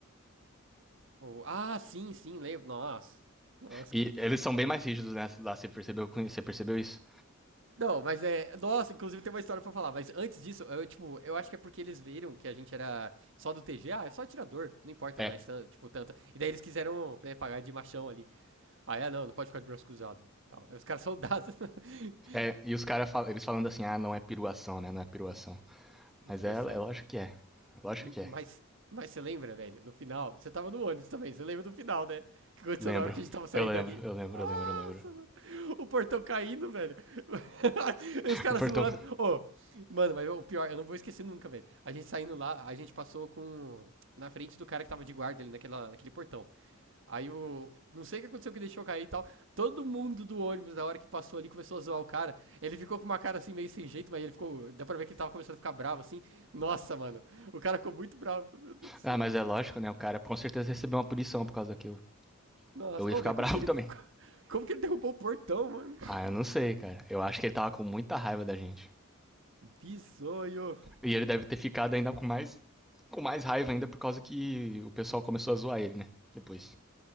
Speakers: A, on the right (about 60°); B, in the centre.
A: Oh, Ah, sim, sim, lembro. Nossa. Nossa,
B: E
A: que.
B: eles são bem mais rígidos, né? Lá você percebeu, você percebeu isso?
A: Não, mas é. Nossa, inclusive tem uma história pra falar. Mas antes disso, eu, tipo, eu acho que é porque eles viram que a gente era só do T G Ah, é só atirador. Não importa
B: É.
A: mais, tan- tipo, tanto. E daí eles quiseram né, pagar de machão ali. Ah, é, não, não pode ficar de braço cruzado. Tal. Aí Os caras soldados. <laughs>
B: é e os caras fal- eles falando assim, ah, não é piruação, né? Não é piruação.
A: Operação.
B: Mas é, é lógico que é. Lógico
A: Mas,
B: que é.
A: mas você lembra, velho, no final? Você tava no ônibus também, você lembra do final, né? O que aconteceu
B: Lembro.
A: na hora que a gente tava saindo
B: Eu lembro,
A: ali?
B: eu lembro,
A: Nossa,
B: eu lembro, eu lembro.
A: mano. O portão caindo, velho. <laughs> E os caras
B: O portão.
A: zoando. Ô, mano, mas o pior, eu não vou esquecer nunca, velho. A gente saindo lá, a gente passou com. Na frente do cara que tava de guarda ali naquela, naquele portão. Aí o. Não sei o que aconteceu que deixou cair e tal. Todo mundo do ônibus, na hora que passou ali, começou a zoar o cara. Ele ficou com uma cara assim, meio sem jeito, mas ele ficou. Dá pra ver que ele tava começando a ficar bravo assim. Nossa, mano. O cara ficou muito bravo. Meu Deus do céu,
B: Ah, mas
A: velho.
B: é lógico, né? O cara com certeza recebeu uma punição por causa daquilo.
A: Nossa.
B: Eu ia
A: Ô,
B: ficar
A: oh, mas
B: <laughs> bravo
A: como que ele.
B: também.
A: <laughs> Como que ele derrubou o portão, mano?
B: Ah, eu não sei, cara. Eu acho que ele tava com muita raiva da gente.
A: Bizonho.
B: E ele deve ter ficado ainda com mais com mais raiva ainda por causa que o pessoal começou a zoar ele, né? Depois.